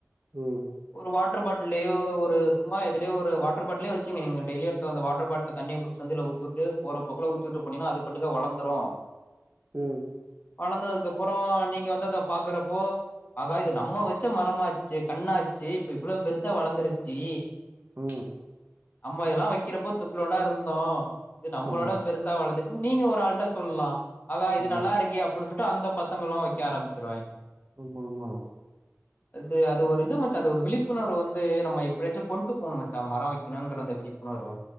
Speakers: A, on the right; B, on the left.
A: உ
B: ஒரு வாட்டர் பாட்லேயோ ஒரு சும்மாத் திலயோ ஒரு வாட்டர் பாட்ல்லே வச்சீங்க நீங்க டேய்லி ஒருத்தவ அந்த வாட்டர் பாட்ல்ல தண்ணிய புடிச்ச வந்து இதுல ஊத்திவுட்டு போற போக்குல ஊத்திட்டு போனினா அது பாட்டுக்கு வளந்துரு
A: ம், ம்.
B: வளந்ததுகப் அப்புற நீங்க வந்து அத பாக்குறப்போ ஆகா இது நம்ம வச்ச மரமாச்சே கண்ணா சே இப்ப இவ்ளோ பெருசா வளர்ந்துருச்சு
A: உ
B: அம்ம இதல்லா வக்கிறப்போ துக்குலுண்டா இருந்தோ இது நம்ளோட
A: ஆமா,
B: பெருசா வளந்து நீங்க ஒரு ஆள்ட சொல்லா ஆஹா இது
A: ஆமா,
B: நல்லாருக்கே அப்புன்னுசொல்ட்டு அந்த ப பசங்களு வக்க ஆரம்பிச்சுருவாங்க
A: ஆமா மா
B: அது அது ஒரு இது மச் ச்சா அது ஒரு விழிப்புணர்வு வந்து நம்ம எப்படியாச்சு கொண்டு போணு மச்சா மரோ வைக்கணுங்கிற அந்த விழிப்புணர்வு